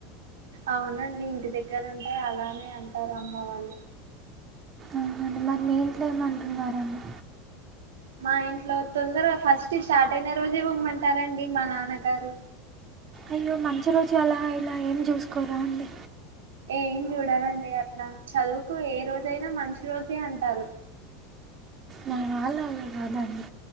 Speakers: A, on the right; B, on the right.
A: అవునండి ఇంటి దగ్గర ఉంటే అలానే అంటారు అమ్మ వాళ్ళు
B: అవునండి మరి మీ ఇంట్లో ఏమంటున్నారండి
A: మా ఇంట్లో తొందరగా ఫస్ట్ స్టార్ట్ అయిన రోజే పోమ్మంటారండి మా నాన్నగారు
B: అయ్యో మంచి రోజు అలా ఇలా ఏం చూసుకోరా అండి
A: ఏం చూడాలండి అట్లా చదువుకు ఏ రోజైనా మంచి రోజే అంటారు.
B: నా వాళ్ళు అలా కాదండి